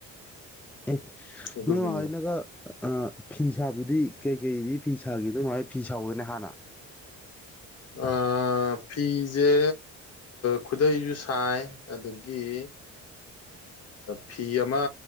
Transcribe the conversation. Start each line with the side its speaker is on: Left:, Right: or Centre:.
Centre: ꯑꯦ
Left: ꯑꯗꯨꯒꯤꯅꯤꯗ
Centre: ꯃꯣꯏ ꯍꯅꯀ ꯑ ꯐꯤ ꯁꯥꯕꯗꯤ ꯀꯩ ꯀꯩꯗꯤ ꯐꯤ ꯁꯥꯈꯤ ꯑꯗꯨꯃꯥꯏ ꯐꯤ ꯁꯥꯥꯎꯕꯗꯅꯦ ꯍꯥꯟꯅ
Left: ꯑ ꯐꯤꯖꯦ ꯈꯨꯗꯩꯁꯨ ꯁꯥꯏ ꯑꯗꯒꯤ ꯐꯤ ꯑꯃ